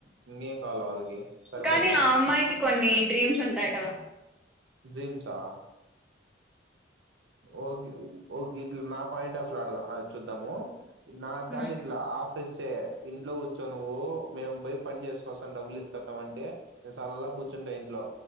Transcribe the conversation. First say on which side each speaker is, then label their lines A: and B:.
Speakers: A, on the right; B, in the centre.
A: ఇంకేం కావాల్ల వాళ్ళకి సరిపోదా
B: కానీ ఆ అమ్మాయికి కొన్ని డ్రీమ్స్ ఉంటాయి కదా
A: డ్రీమ్స్ ఆ ఓకే ఓకే ఇట్లా నా పాయింట్ ఆఫ్ ట్లాడ చూద్దాము నాకు
B: హ్మ్.
A: గాని ఇట్లా ఆఫ్ ఇస్తే ఇంట్లో కూర్చో నువ్వు మేము పోయి పని చేసుకొస్తాం డబ్బులు తీసుకోత్తామంటే నేను సల్లగా కూర్చుంటా ఇంట్లో